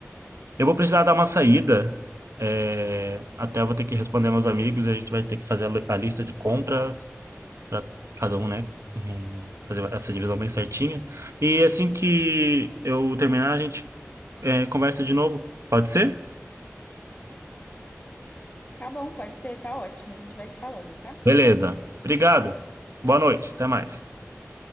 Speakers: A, on the right; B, on the left.
A: Eu vou precisar dar uma saída. é, até eu vou ter que responder meus amigos e a gente vai ter que fazer a li- a lista de compras para cada um, né? Hum, Fazer essa divisão bem certinha. E assim que eu terminar, a gente é, conversa de novo. Pode ser?
B: Tá bom, pode ser, tá ótimo. A gente vai se falando, tá?
A: Beleza. Obrigado. Boa noite. Até mais.